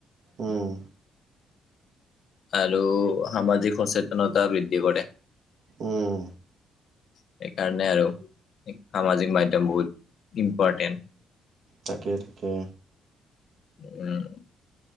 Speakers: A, on the right; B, on the left.
A: উম।
B: আৰু সামাজিক সচেতনতা বৃদ্ধি কৰে
A: উম।
B: সেইকাৰণে আৰু সামাজিক মাধ্যম বহুত ইম্পৰ্টেণ্ট।
A: তাকে তাকে।
B: উম।